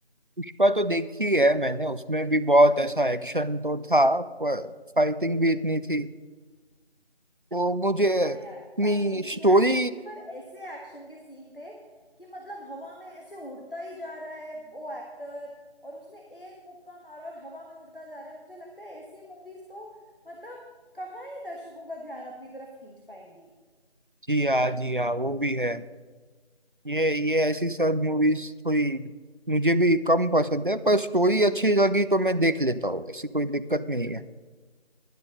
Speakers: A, on the right; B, on the left.
A: पुष्पा तो देखी है मैंने उसमें भी बहुत ऐसा एक्शन तो था पर फाइटिंग भी इतनी थी तो मुझे
B: हाँ
A: इतनी
B: यार फाइटिंग
A: स्टोरी
B: थी एक्शन थी पर ऐसे एक्शन के सीन थे कि मतलब हवा में ऐसे उड़ता ही जा रहा है वो एक्टर और उसने एक मुक्का मारा और हवा में उड़ता जा रहा है मुझे लगता है ऐसी मूवीज तो मतलब कहाँ ही दर्शकों का ध्यान अपनी तरफ खींच पाएंगी
A: जी हाँ जी हाँ वो भी है ये ये ऐसी सब मूवीज थोड़ी मुझे भी कम पसंद है पर स्टोरी अच्छी लगी तो मैं देख लेता हूँ ऐसी कोई दिक्कत नहीं है